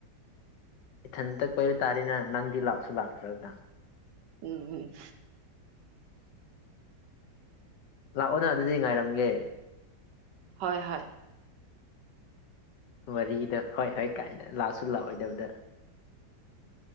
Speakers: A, on the left; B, on the right.
A: ꯏꯊꯟꯇ ꯀꯣꯏꯕ ꯇꯥꯔꯦꯅ ꯅꯪꯗꯤ ꯂꯥꯛꯁꯨ ꯂꯥꯛꯇ꯭ꯔꯒ
B: ꯎꯝ ꯎꯝ
A: ꯂꯥꯛꯑꯣꯅ ꯑꯗꯨꯗꯤ ꯉꯥꯏꯔꯝꯒꯦ
B: ꯍꯣꯏ ꯍꯣꯏ
A: ꯋꯥꯔꯤꯗꯣ ꯍꯣꯏ ꯍꯣꯏ ꯀꯥꯏꯅ ꯂꯥꯛꯁꯨ ꯂꯥꯛꯑꯣꯏꯗꯕꯗ